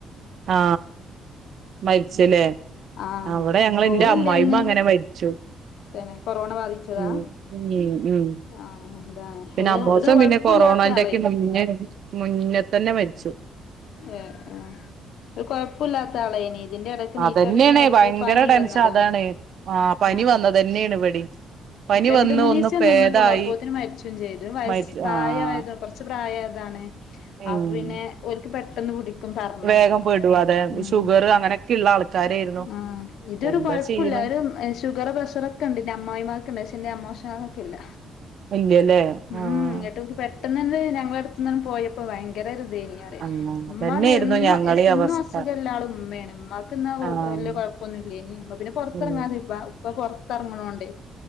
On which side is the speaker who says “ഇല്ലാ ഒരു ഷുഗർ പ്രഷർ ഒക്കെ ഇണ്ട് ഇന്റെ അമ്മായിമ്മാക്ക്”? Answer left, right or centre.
Left